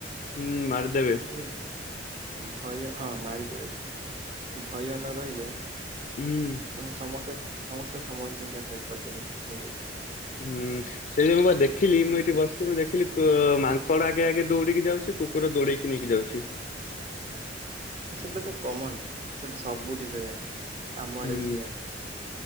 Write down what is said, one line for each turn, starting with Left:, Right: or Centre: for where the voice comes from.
Left: ହୁଁ ମାରିଦେବେ।
Right: କୁକୁର ଆକ୍ଚୁଆଲି ଭୟ ହଁ ମାରିଦେବେ। ଭୟ ନ ରହିଲେ
Left: ହୁଁ।
Right: ମାନେ ସମସ୍ତେ ସମସ୍ତେ ସମସ୍ତିଙ୍କୁ ଆଟକ୍ କରିଦେବେ ବୁଝିପାରୁଚ କି?
Left: ହୁଁ ସେଇ ମୁଁ ବା ଦେଖିଲି
Right: ଆକ୍ଚୁଆଲି
Left: ମୁଁ ଏଇଠି ବସିଛି ମୁଁ ଦେଖିଲି ମାଙ୍କଡ ଆଗେ ଆଗେ ଦୌଡ଼ିକି ଯାଉଛି କୁକୁର ଦୌଡିକି ନେଇକି ଯାଉଛି।
Right: ସେଟା ତ କମନ ସେଟା ସବୁଠି ସେ ଏଇଆ। ଆମ ଆଡେ
Left: ହୁଁ
Right: ବି ସେୟା